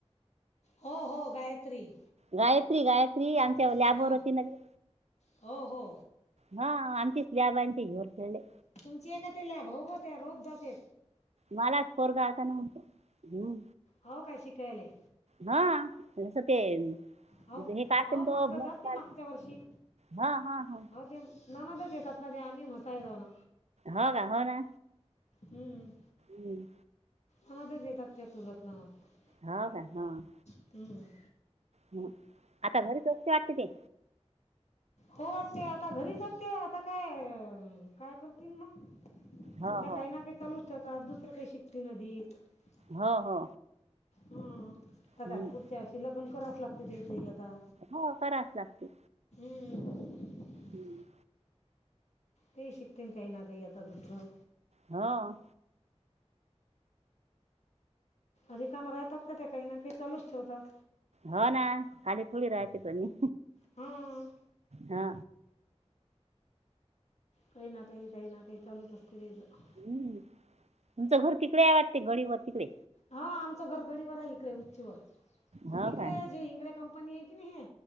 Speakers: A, on the left; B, on the right.
A: हो हो गायत्री. ‌
B: गायत्री गायत्री आमच्या लॅबवर
A: हां
B: होती ना ती.
A: हो हो
B: हां.. आमची स्लॅब अं वर करले.
A: तुमची ए का ते लॅब होऊ हो, त्याला रोज जाते.
B: मलाच पोरगा आता नव्हतं हम्म.
A: हो का शिकाले.
B: हां.. तसं ते.
A: हौ.
B: हे
A: हौ..
B: काढते
A: अह
B: ना तो
A: मागं
B: ब्लड
A: जात ते,
B: काढ
A: मागच्या वर्षी
B: हा हा हा
A: अ ते रानतच येतात ना त्या, आम्ही मसाय दाना.
B: ह का, हो ना.
A: हम्म.
B: हम्म.
A: होवू दे की मगं <unintelligible>
B: हं का हं.
A: हम.
B: हम्म. आता घरीच अस्ते वाटते ते.
A: हो वाटते आता घरीचते आता, काय काय करतील मग.
B: हो
A: त्या
B: हो
A: काही ना काही चालूच ठेवतात, दुसरं काही शिकते <unintelligible>
B: हो हो.
A: हं.. त्या
B: हम्म.
A: पुढच्या अशी लग्नं कराच लागते, त्यासनी आता.
B: हो, करावच लागते.
A: हम्म.
B: हम्म.
A: ते शिकतेन काही ना, काही आता दुसरं.
B: ह..
A: अधिक काम राहतात का त्या, काही ना काही चालूच ठेवतात.
B: हो ना खाली थोडी राहाते तनी
A: हां
B: हा.
A: काही ना काही, काही ना काही चालूच असते त्याचं.
B: उम्म तुमचं घर तिकडे आहे वाटते गडी वर तिकडे.
A: हा आमचा गडीवर आहे इकडे उचीवर.
B: हो
A: इकडे
B: का
A: जे इंगळे कंपनी आहे की नाही हे